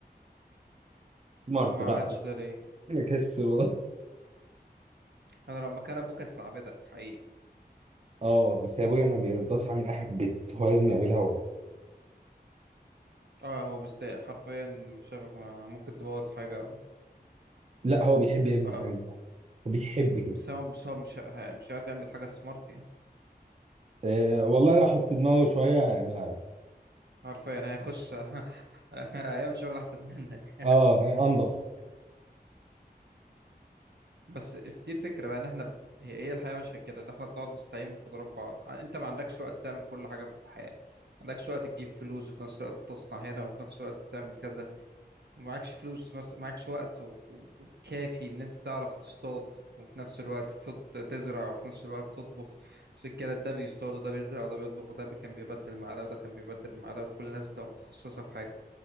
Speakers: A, on the right (about 40°); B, on the right (about 80°).
A: سمارت
B: وما
A: بقى
B: عملتش ده ليه
A: بكسل والله
B: أنا لو مكان أبوك أستعبدك حقيقي
A: اه بس يا ابويا ما بيرضاش يعمل اي حاجه في البيت هو لازم يعملها هو
B: أه هو مستاء حرفيا شافك ما- ممكن تبوظ حاجة أو
A: لا هو بيحب يعمل
B: فقف
A: الحاجات دي هو بيحب كده
B: بس هو بس هو مش ه- مش عارف يعمل حاجة سمارت يعني
A: أه والله لو حط دماغه شويه هيعملها
B: حرفيا هيخش <laughs> أيام شغل أحسن منك
A: اه فاهم؟ انضف
B: بس في دي الفكرة بقى ان احنا هي هي الحياة مش كده ان احنا بنقعد نستعين بقدرات بعض آه، انت ما عندكش وقت تعمل كل حاجة في الحياة ما عندكش وقت تجيب فلوس وفي نفس الوقت تصنع هنا وفي نفس الوقت تعمل كذا ومعكش فلوس مس- معكش وقت و- و- وكافي ان انت تعرف تصطاد وفي نفس الوقت ت- تزرع وفي نفس الوقت تطبخ عشان كده ده بيصطاد وده بيزرع وده بيطبخ وده بي- كان بيبدل مع ده وده كان بيبدل مع ده وكل الناس بتبقى متخصصة في حاجة